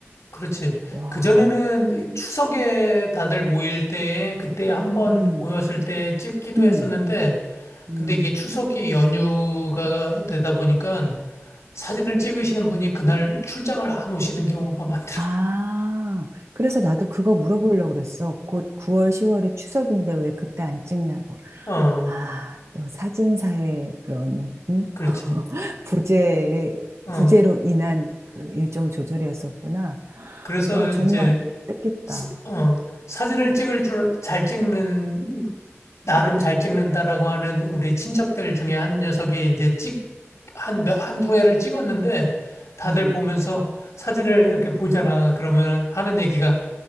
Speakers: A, on the left (about 85°); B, on the right (about 65°).
A: 그렇지.
B: 와,
A: 그전에는 이 추석에 다들 모일 때에 그때 한번
B: 음,
A: 모였을 때 찍기도
B: 음,
A: 했었는데
B: 음.
A: 근데 이게 추석이 연휴가 되다 보니까 사진을 찍으시는 분이 그날 출장을 안 오시는 경우가 많더라고.
B: 아, 그래서 나도 그거 물어보려고 그랬어. 곧 9월, 10월이 추석인데 왜 그때 안 찍냐고.
A: 어,
B: 아, 또 사진사의 그런, 음?
A: 그렇지.
B: 부재,
A: 어,
B: 부재로 인한 그 일정 조절이었었구나.
A: 그래서
B: 와,
A: 이제,
B: 정말 뜻깊다.
A: 스- 어, 사진을 찍을 줄 잘 찍는, 나름 잘 찍는다라고 하는 우리 친척들 중에 한 녀석이 이제 찍, 한, 몇, 한두 회를 찍었는데 다들
B: 음.
A: 보면서 사진을 이렇게 보잖아. 그러면 하는 얘기가,